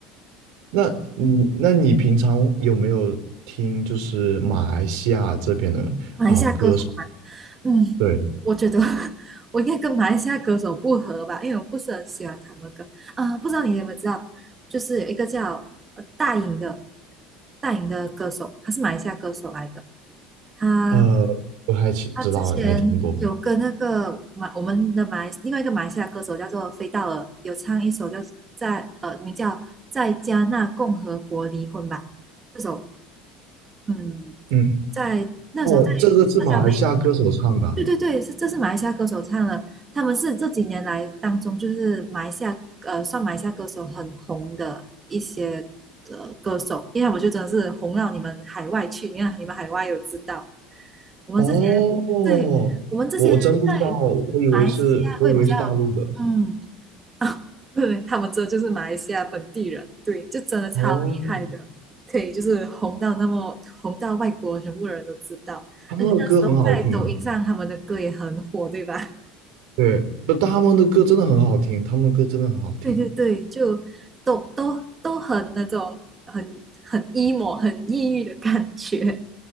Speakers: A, on the right; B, on the right.
A: 那你那你平常有没有听就是马来西亚这边的呃歌手？
B: 马来西亚歌手嘛，嗯，
A: 对，
B: 我觉得 <laughs> 我应该跟马来西亚歌手不合吧，因为我不是很喜欢他们的歌啊、不知道你有没有知道，就是有一个叫呃大颖的大颖的歌手，他是马来西亚歌手来的。他
A: 呃，不太清知道，
B: 他之前有跟那个马我们的马来另外一个马来西亚歌手叫做飞道尔，
A: 也没听过。
B: 有唱一首叫在呃名叫在加纳共和国离婚吧这首，嗯，
A: 嗯，
B: 在那时候在社交媒
A: 哦，这个是马来西亚歌手唱的啊
B: 对对对，是这是马来西亚歌手唱的，他们是这几年来当中就是马来西亚呃算马来西亚歌手很红的一些呃歌手，因为他们就真的是红到你们海外去，你看你们海外有知道，我们这些
A: 哦，我我真不知道，
B: 对我们这些在
A: 我以为是，
B: 马来西亚会比较
A: 我以为是大陆的。
B: 嗯 <laughs> 啊，对，他们这就是马来西亚本地人，对，就真的超厉害的，
A: 哦，
B: 可以就是红到那么红到外国全部人都知道，
A: 他们的歌很好听啊，
B: 而且那时候在抖音上他们的歌也很火，对吧？
A: 对，不，他们的歌真的很好听，他们的歌真的很好听。
B: <laughs> 对对对，就都都都很那种很很 emo 很抑郁的感觉，